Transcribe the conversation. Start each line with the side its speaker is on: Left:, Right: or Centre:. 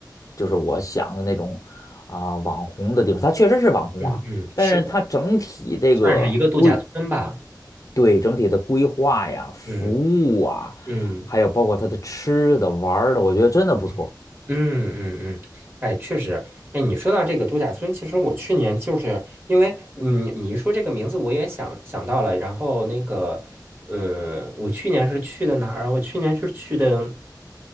Left: 就是我想的那种啊、网红的地方。它确实是网红啊，
Right: 嗯嗯，
Left: 但是它整体这个规，
Right: 是的，算是一个度假村吧。
Left: 对整体的规划呀、服务啊，
Right: 嗯嗯
Left: 还有包括它的吃的、玩儿的，我觉得真的不错。
Right: 嗯嗯嗯嗯，哎，确实，哎，你说到这个度假村，其实我去年就是因为你你一说这个名字，我也想想到了。然后那个，嗯，我去年是去的哪儿啊？我去年是去的